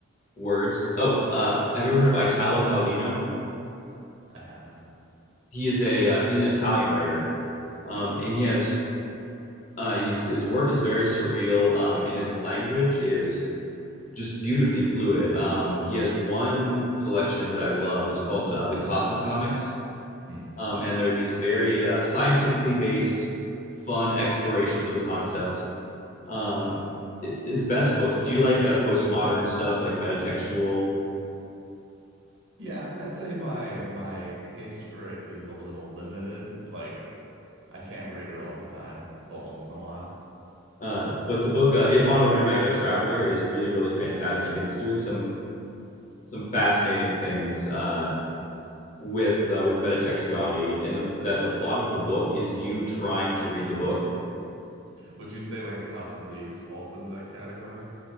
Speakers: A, on the left (about 35°); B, on the right (about 55°).
A: words. Oh, uh, have you ever heard of Italo Calvino?
B: I haven't.
A: He is a uh, he's an Italian writer, um, and he has uh, he's, his work is very surreal, um, and his language is just beautifully fluid. Um, he has one collection that I love. It's called uh, the Cosmocomics,
B: Hmm.
A: um, and they're these very uh, scientifically based, fun explorations of a concept. Um, his best book. Do you like uh, postmodern stuff, like metatextual?
B: Yeah, I'd say my my taste for it is a little limited. Like I can't read it all the time, but once in a while.
A: Uh, but the book, uh, If on a Winter Night, a Traveler, is really, really fantastic, and it's doing some some fascinating things uh, with uh, with metatextuality. In the that the plot of the book is you trying to read the book.
B: Would you say like House of Leaves falls into that category?